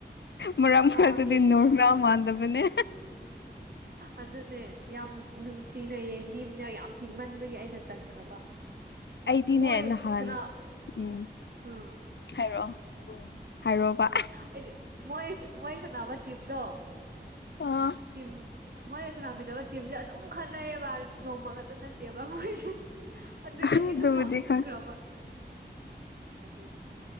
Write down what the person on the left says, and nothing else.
ꯃꯔꯛ ꯃꯔꯛꯇꯗꯤ
ꯅꯣꯔꯃꯦꯜ ꯃꯥꯟꯗꯕꯅꯦ
ꯑꯩꯗꯤꯅꯦ
ꯅꯍꯥꯟ
ꯎꯝ
ꯍꯥꯏꯔꯛꯑꯣ
ꯎꯝ ꯍꯥꯏꯔꯣꯕ
ꯑꯣ
ꯑꯗꯨꯕꯨꯗꯤ
ꯈꯪ